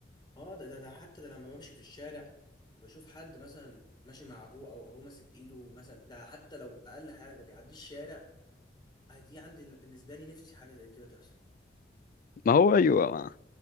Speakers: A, on the left; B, on the left.
A: اه ده ده انا حتى ده لما بمشي في الشارع وبشوف حد مثلا ماشي مع ابوه او ابوه ماسك ايده مثلا ده حتى لو اقل حاجه بيعدي الشارع آه دي عندي بالنسبه لي نفسي حاجه زي كده تحصل
B: ما هو أيوة ما.